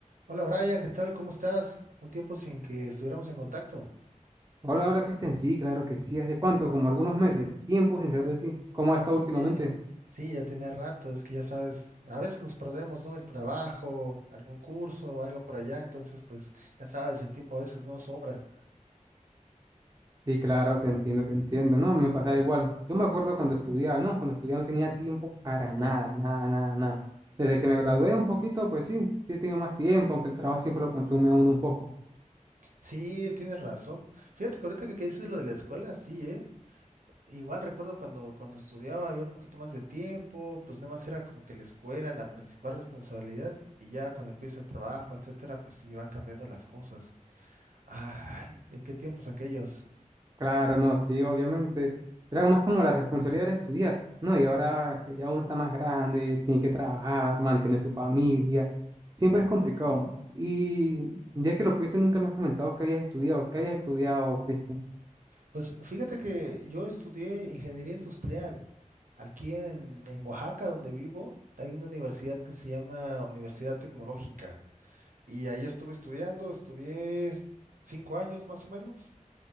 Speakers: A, on the right; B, on the right.
A: Hola Brian, ¿qué tal? ¿Cómo estás? Un tiempo sin que estuviéramos en contacto.
B: Hola, hola Cristian, sí, claro que sí, ¿hace cuánto? Como algunos meses, tiempo sin saber de ti. ¿Cómo has estado
A: Sí,
B: últimamente?
A: sí, ya tenía rato, es que ya sabes, a veces nos perdemos, ¿no? El trabajo, algún curso, algo por allá, entonces pues ya sabes, el tiempo a veces no sobra.
B: Sí, claro, te entiendo, te entiendo, no, me pasa igual. Yo me acuerdo cuando estudiaba, no, cuando estudiaba no tenía tiempo para nada, nada, nada, nada. Desde que me gradué un poquito, pues sí, sí he tenido más tiempo, aunque el trabajo siempre lo consume a uno un poco.
A: Sí, tienes razón. Fíjate que ahorita que, que dices lo de la escuela, sí, ¿eh? Igual recuerdo cuando, cuando estudiaba había un poquito más de tiempo, pues nada más era como que la escuela la principal responsabilidad y ya cuando empiezo el trabajo, etcétera, pues sí, van cambiando las cosas. Ay, eh, qué tiempos aquellos.
B: Claro, no, sí, obviamente. Era más como la responsabilidad de estudiar, ¿no? Y ahora que ya uno está más grande, tiene que trabajar, mantener su familia, siempre es complicado. Y ya que lo pienso, nunca me has comentado que habías estudiado, que hayas estudiado, Cristian.
A: Pues fíjate que yo estudié ingeniería industrial. Aquí en, en Oaxaca, donde vivo, hay una universidad que se llama Universidad Tecnológica. Y ahí estuve estudiando, estudié cinco años más o menos.